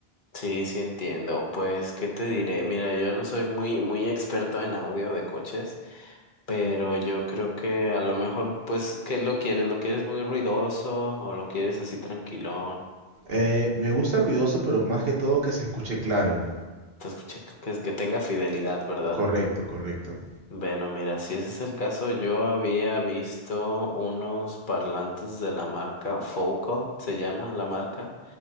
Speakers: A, on the left; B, on the right.
A: Sí, sí entiendo. Pues, ¿qué te diré? Mira, yo no soy muy, muy experto en audio de coches, pero yo creo que a lo mejor, pues, ¿qué lo quieres? ¿Lo quieres muy ruidoso o lo quieres así tranquilón?
B: Eh, me gusta ruidoso, pero más que todo que se escuche claro.
A: Te escuché que, que tenga fidelidad, ¿verdad?
B: Correcto, correcto.
A: Bueno, mira, si ese es el caso, yo había visto unos parlantes de la marca Focal, se llama la marca,